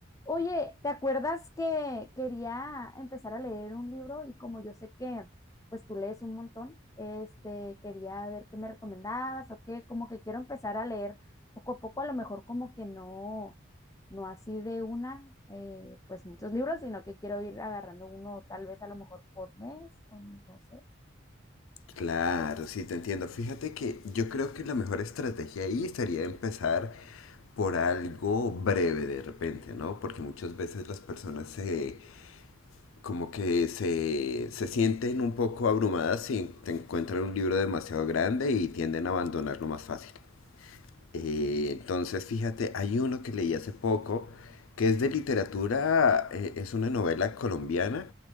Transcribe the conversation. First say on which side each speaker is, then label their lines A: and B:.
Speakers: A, on the left; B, on the left.
A: Oye, ¿te acuerdas que quería empezar a leer un libro y como yo sé que pues tú lees un montón, este, quería ver qué me recomendabas o qué, como que quiero empezar a leer poco a poco, a lo mejor como que no, no así de una, eh, pues muchos libros, sino que quiero ir agarrando uno tal vez a lo mejor por mes o no sé,
B: Claro, sí, te entiendo. Fíjate que yo creo que la mejor estrategia ahí sería empezar por algo breve de repente, ¿no? Porque muchas veces las personas se, como que se, se sienten un poco abrumadas si te encuentran un libro demasiado grande y tienden a abandonarlo más fácil. Eh, entonces, fíjate, hay uno que leí hace poco, que es de literatura, eh, es una novela colombiana,